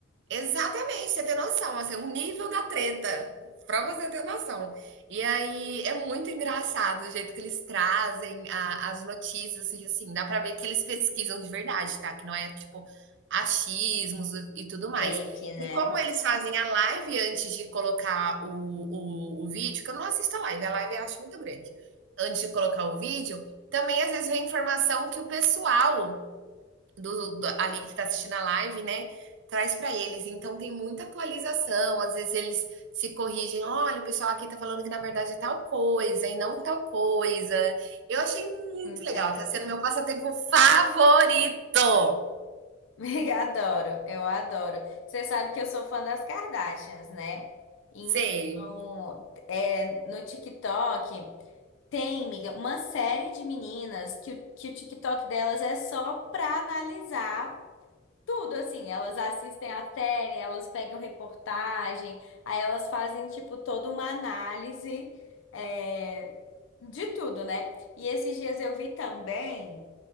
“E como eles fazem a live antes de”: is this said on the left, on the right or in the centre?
Right